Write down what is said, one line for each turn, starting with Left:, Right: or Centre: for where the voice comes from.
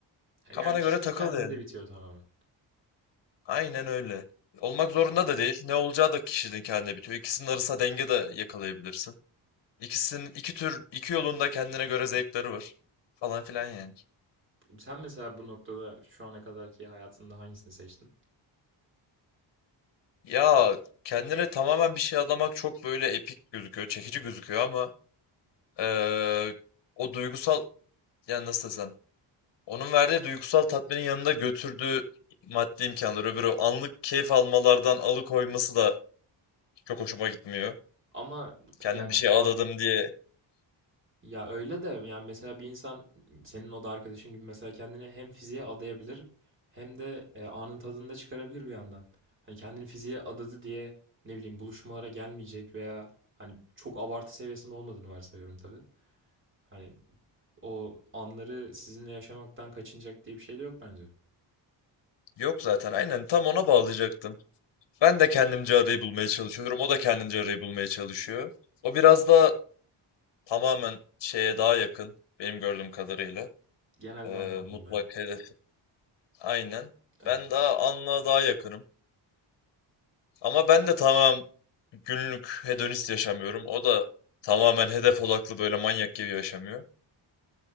Left: Kafana
Right: Yani kişinin
Left: göre takıl
Right: kendinde
Left: yani.
Right: bitiyor tamamen.
Left: Aynen öyle. Olmak zorunda da değil. Ne olacağı da kişinin kendine bitiyor. İkisinin arasında denge de yakalayabilirsin. İkisinin iki tür iki yolunda kendine göre zevkleri var. Falan filan yani.
Right: Sen mesela bu noktada şu ana kadarki hayatında hangisini seçtin?
Left: Ya kendine tamamen bir şey adamak çok böyle epik gözüküyor, çekici gözüküyor ama eee, o duygusal yani nasıl desem onun verdiği duygusal tatminin yanında götürdüğü maddi imkanlar öbürü anlık keyif almalardan alıkoyması da çok hoşuma gitmiyor.
Right: Ama
Left: Kendim
Right: yani
Left: bir şey adadım
Right: an-
Left: diye
Right: Ya öyle de yani mesela bir insan senin o da arkadaşın gibi mesela kendini hem fiziğe adayabilir hem de e, anın tadını da çıkarabilir bir yandan. Hani kendini fiziğe adadı diye ne bileyim buluşmalara gelmeyecek veya hani çok abartı seviyesinde olmadığını varsayıyorum tabii. Hani o anları sizinle yaşamaktan kaçınacak diye bir şey de yok bence.
Left: yok zaten aynen tam ona bağlayacaktım. Ben de kendimce arayı bulmaya çalışıyorum. O da kendince arayı bulmaya çalışıyor. O biraz daha tamamen şeye daha yakın benim gördüğüm kadarıyla.
Right: Genel
Left: Ee,
Right: bir anlam
Left: mutlak
Right: bulmaya.
Left: hedef. Aynen.
Right: Evet.
Left: Ben daha anlığa daha yakınım. Ama ben de tamamen günlük hedonist yaşamıyorum. O da tamamen hedef odaklı böyle manyak gibi yaşamıyor.